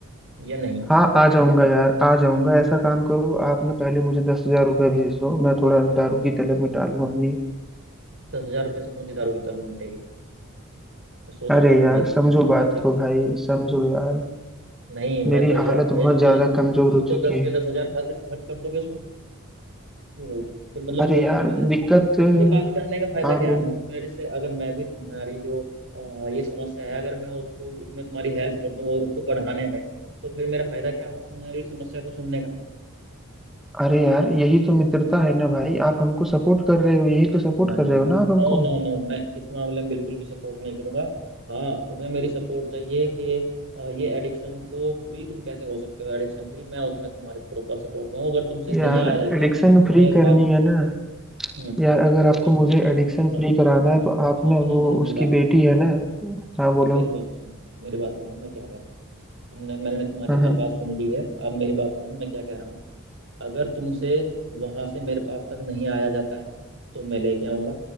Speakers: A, on the right (about 60°); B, in the centre.
A: या नहीं
B: हाँ आ जाऊंगा यार आ जाऊंगा ऐसा काम करो आप ना पहले मुझे दस हजार रुपये भेज दो मैं थोड़ा
A: हम्म।
B: दारू की तलब मिटा लूँ अपनी
A: दस हजार रुपये से कौन सी दारू की तलब मिटेगी मैं सौ दो
B: अरे
A: सौ
B: यार
A: रुपये भेज देता
B: समझो
A: हूँ
B: बात
A: जब तक
B: को भाई समझो यार
A: नहीं
B: मेरी
A: मैं दस
B: हालत
A: हजार रुपये भेज
B: बहुत
A: दूंगा
B: ज्यादा
A: तो तुम तुम
B: कमजोर हो
A: तो
B: चुकी
A: दस के
B: है
A: दस हजार खर्च खर्च कर दोगे उसमें क्यों भाई फिर मतलब मैं-
B: अरे यार
A: मुझे
B: दिक्कत
A: मुझसे बात करने का फायदा
B: हाँ
A: क्या
B: बोल
A: है मतलब मेरे से अगर मैं भी तुम्हारी जो अ, ये समस्या है अगर मैं उसको उसमें तुम्हारी हेल्प कर दूं और उसको बढ़ाने में तो फिर मेरा फायदा क्या हुआ तुम्हारी समस्या को सुनने
B: अरे यार यही तो मित्रता है ना भाई आप हमको सपोर्ट कर रहे हो यही तो सपोर्ट
A: नहीं
B: कर रहे
A: नहीं
B: हो ना आप हमको
A: नो नो नो मैं इस मामले में बिल्कुल भी सपोर्ट नहीं करूंगा हाँ तुम्हें मेरी सपोर्ट चाहिए कि अ, ये एडिक्शन को फ्री तुम कैसे हो सकते हो एडिक्शन फ्री मैं उसमें तुम्हारे प्रॉपर सपोर्ट में हूँ अगर तुमसे नहीं
B: यार
A: आया जाता
B: एडिक्शन
A: तो
B: फ्री
A: मैं एक
B: करनी
A: बार
B: है ना
A: हम्म
B: यार अगर आपको
A: अगर
B: मुझे एडिक्शन
A: सुनो
B: फ्री कराना है तो
A: सुनो
B: आप ना
A: सुनो
B: वो
A: सुनो मेरी
B: उसकी
A: बात सुनो
B: बेटी है ना हाँ बोलो
A: मेरी बात सुनो मेरी बात सुनो मैं क्या कह रहा हूँ तुमने मैंने तुम्हारी
B: हाँ हाँ
A: हर बात सुन ली है अब मेरी बात सुनो मैं क्या कह रहा हूँ अगर तुमसे वहां से मेरे पास तक नहीं आया जाता है तो मैं लेके आऊंगा